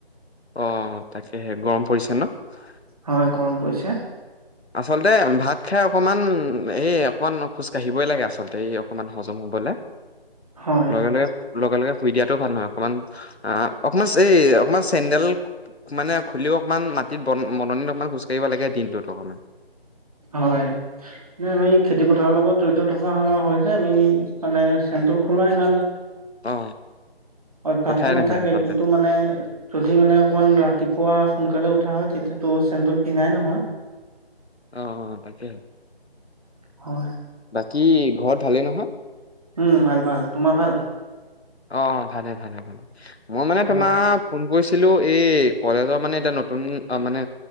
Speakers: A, on the left; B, on the right.
A: আহ তাকেহে গৰম পৰিছে ন'।
B: হয় গৰম পৰিছে
A: আচলতে ভাত খাই অকমান এই অকনমান খোজ কাঢ়িবই লাগে আচলতে এই অকনমান হজম হ'বলে।
B: হয়
A: লগে লগে লগে লগে শুই দিয়া টো ভাল নহয় অকণমান অ', অকমান এই অকমান চেণ্ডেল মানে খুলিও অকমান মাটিত বন বননিত অকমান খোজ কঢ়িব লাগে দিনটোত অকমান।
B: হয়, আমি খেতি পথাৰৰ লগত জড়িত থকা হৈ যে আমি মানে চেনটো খোলা ইমান
A: অ
B: অভ্যাসটো
A: কথাই
B: নাথাকে
A: নাহে আচলতে
B: কিন্তু মানে যদি মানে অকমান ৰাতিপুৱা সোনকালে উঠা হয় তেতিয়াতো চেনডুল পিন্ধাই নহয়।
A: অ অ তাকে
B: হয়,
A: বাকী ঘৰত ভালেই নহয়?
B: উম, ভাল ভাল তোমাৰ ভাল?
A: অ', ভালে ভালে ভালে, মই মানে
B: হয়
A: তোমাৰ ফোন কৰিছো এই কলেজৰ মানে এতিয়া নতুন মানে